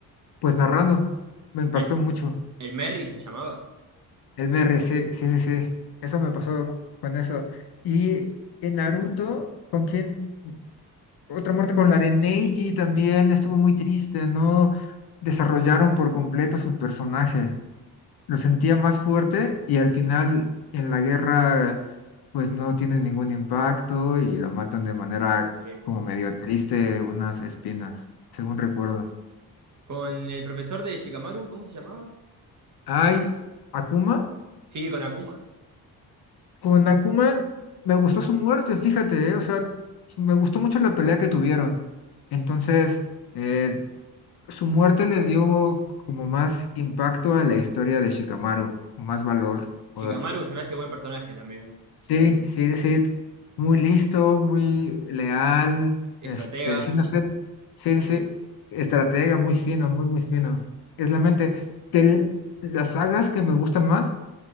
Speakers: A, on the left (about 70°); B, on the right (about 45°).
A: pues narrando. Me impactó
B: el,
A: mucho.
B: el Merry se llamaba.
A: El BR, sí, sí, sí, sí. Eso me pasó con eso. Y en Naruto, ¿con quién? Otra muerte con la de Neji también estuvo muy triste, ¿no? Desarrollaron por completo su personaje. lo sentía más fuerte y al final en la guerra pues no tiene ningún impacto y lo matan de manera
B: Eh,
A: como medio triste, unas espinas, según recuerdo.
B: ¿con el profesor de Shikamaru, cómo se llamaba?
A: Hay Akuma,
B: Sí, con Akuma.
A: con Akuma me gustó su muerte, fíjate, eh, O sea, me gustó mucho la pelea que tuvieron. Entonces, eh, su muerte le dio como más impacto a la historia de Shikamaru, más valor. O
B: Shikamaru se me hace buen personaje también.
A: Sí, sí, sí. muy listo, muy leal, este,
B: Estratega.
A: sí, no sé, sí, sí, sí, estratega, muy fino, muy, muy fino. Es la mente. De las sagas que me gustan más,